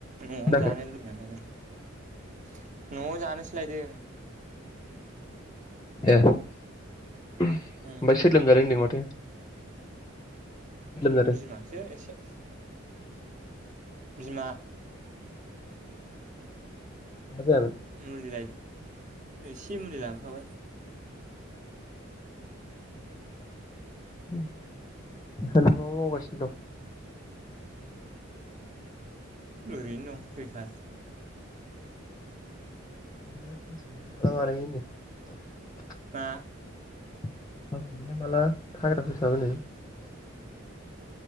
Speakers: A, on the right; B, on the left.
A: न'आव
B: खोनायाखै
A: जानो लुबैनानै <unintelligible> न'आव जानोसो लायदों।
B: ओ ओमफाय
A: उम
B: सोर लोमजादों होनदों माथो। सोर लोमजादों
A: बिमासो एसे। बिमा।
B: मा जायामोन
A: मुलि लाय एसे मुलि लाबोफाबाय।
B: <unintelligible>
A: ओरैनो दं बेखार।
B: <unintelligible>
A: मा?
B: <unintelligible>